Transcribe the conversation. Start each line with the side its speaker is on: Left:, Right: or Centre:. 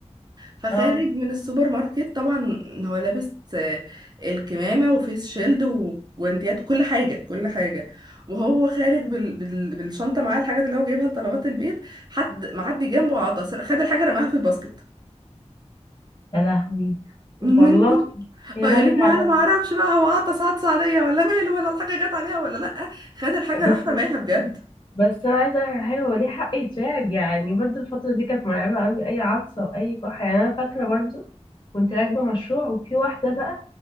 Right: فخارج
Left: اه
Right: من السوبر ماركت طبعا هو لابس آه، الكمامة وفيس شيلد وجوانتيات كل حاجة كل حاجة وهو خارج بال... بال... بالشنطة معاه الحاجات اللي هو جايبها لطلبات البيت حد معدي جنبه عطس خد الحاجة رماها في الباسكت
Left: يا لهوي والله
Right: من من كت-
Left: يا
Right: اه
Left: لهوي
Right: يقول لك ما
Left: على
Right: انا ما اعرفش بقى هو عطس عطس عادية ولا ماله ولا الحاجة جت عليها ولا لا خد الحاجة
Left: بس
Right: راح رماها بجد
Left: بس انا عايزه اقول على حاجه هو ليه حق يترعب يعني برضو الفتره دي كانت مرعبه قوي اي عطسه واي كحه يعني انا فاكره برضو كنت راكبه مشروع وفي واحده بقى